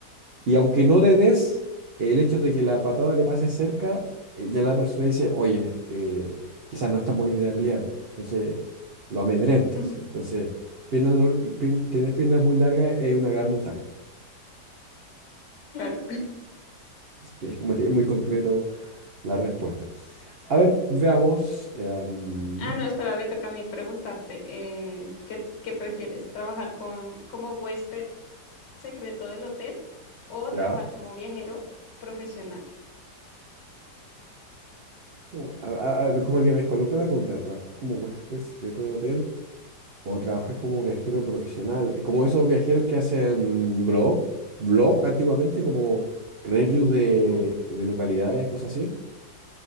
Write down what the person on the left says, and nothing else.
<laughs>
claro.
Ah, no, espera, me toca a mí preguntarte, eh, ¿qué, qué prefieres? ¿Trabajar con, como huésped secreto del hotel o
trabajar como viajero profesional?
Como-